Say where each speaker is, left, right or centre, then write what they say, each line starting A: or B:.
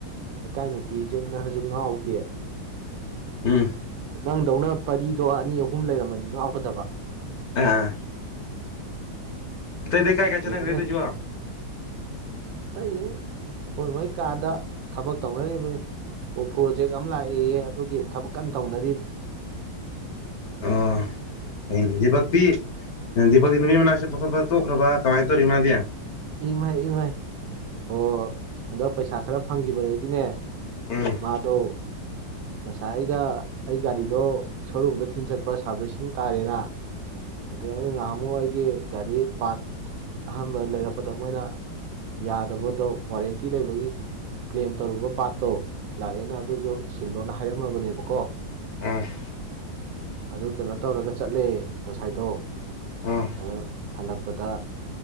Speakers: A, on the right; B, on the left.
A: ꯂꯩꯀꯥꯏ ꯅꯨꯄꯤꯖꯨꯅꯁꯨ ꯉꯥꯎꯗꯦ
B: ꯎꯝ
A: ꯅꯪꯗꯧꯅ ꯄꯔꯤꯗꯣ ꯑꯅꯤ ꯑꯍꯨꯝ ꯂꯩꯔꯝꯃꯗꯤ ꯉꯥꯎꯒꯗꯕ
B: ꯑꯥ ꯑꯇꯩꯗꯩ
A: ꯑꯁ
B: ꯀꯥꯏ ꯀꯥꯏ ꯆꯠꯅꯈ꯭ꯔ‌ꯦ
A: ꯌꯦꯡꯉꯨꯅꯦ
B: ꯇꯧꯏꯁꯤꯕꯨ
A: ꯑꯇꯩꯁꯨ ꯃ‌ꯣꯏ ꯃ‌ꯣꯏ ꯀꯥꯗ ꯊꯕꯛ ꯇꯧꯅꯔꯤꯕꯅꯤ ꯑꯣ ꯄ꯭ꯔꯣꯖꯦꯛ ꯑꯃ ꯂꯥꯛꯑꯦꯌꯦ ꯑꯗꯨꯒꯤ ꯊꯕꯛ ꯀꯟꯅ ꯇꯧꯅꯔꯤꯕꯅꯤ
B: ꯑꯥ ꯀꯩꯅ‌ꯣ ꯗꯤꯄꯛꯇꯤ ꯗꯤꯄꯛꯇꯤ ꯅꯨꯄꯤ ꯃꯅꯥꯛ ꯆꯠꯄ ꯇꯣꯛꯈ꯭ꯔꯕ ꯀꯃꯥꯏꯟ ꯇꯧꯔꯤ ꯃꯥꯗꯤ
A: ꯏꯃꯩ ꯏꯃꯩ ꯑꯣ ꯍꯟꯗꯛ ꯄꯩꯁꯥ ꯈꯔ ꯐꯪꯈꯤꯕꯗꯒꯤꯅꯦ
B: ꯎꯝ
A: ꯃꯥꯗ‌ꯣ ꯉꯁꯥꯏ ꯑꯩꯒ ꯑꯩ ꯒꯥꯔꯤꯗꯣ ꯁꯣꯔꯨꯝꯗ ꯊꯤꯟ ꯆꯠꯄ ꯁꯥꯔꯚꯤꯁꯁꯤꯡ ꯇꯥꯔꯦꯅ ꯑꯗꯨ ꯑꯩꯅ ꯉꯥꯍꯟꯃꯨꯛ ꯑꯩꯒꯤ ꯒꯥꯔꯤ ꯄꯥꯠ ꯑꯍꯟꯕ ꯂꯩꯔꯛ ꯗ ꯃꯣꯏꯅ ꯌꯥꯗꯕꯗꯣ ꯋꯥꯔꯦꯟꯇꯤ ꯂꯩꯕꯒꯤ ꯀ꯭ꯂꯦꯝ ꯇꯧꯔꯨꯕ ꯄꯥꯠꯇꯣ ꯂꯥꯛꯑꯦꯅ ꯑꯗꯨꯁꯨ ꯁꯤꯜꯂꯣꯅ ꯍꯥꯏꯔꯝꯃꯕꯅꯦꯕꯀꯣ
B: <unintelligible>
A: ꯑꯗꯨ ꯀꯩꯅꯣ ꯇꯧꯔꯒ ꯆꯠꯂꯦ ꯉꯁꯥꯏꯗꯣ
B: ꯎꯝ
A: ꯑꯗꯨ ꯍꯜꯂꯛꯄꯗ